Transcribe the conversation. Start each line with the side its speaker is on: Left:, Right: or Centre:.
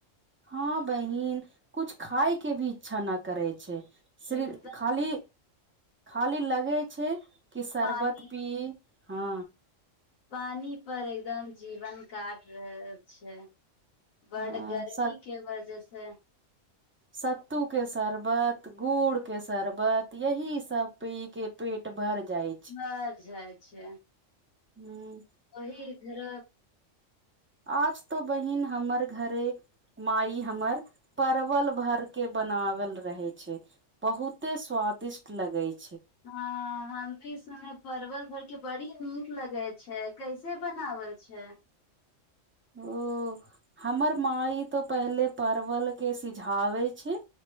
Right: हँ बहिन कुछ खााय के भी इच्छा न करै छै श्र
Left: एकदम
Right: खाली खाली लगे छै कि शरबत
Left: पानी
Right: पी हँ
Left: पानी पर एकदम जीवन काट रह छै बड
Right: हँ
Left: गर्मी
Right: स
Left: के वजह से से
Right: सत्तू के शरबत गुड़ के शरबत यह सब पी के पेट भर जाइ
Left: बर जाय अच्छा
Right: हँ
Left: अही घर
Right: आज तँ बहिन, हमर घरेमे हमर परवल भरिके बनाओल रहै छै, बहुते स्वादिष्ट लगैत छै।
Left: हँ हम भी सुने परवल भर के बड़ी नीक लगै छै कैसे बनावल छै
Right: ओ हमर माँ ई तऽ पहिले परवलके सिझावै छै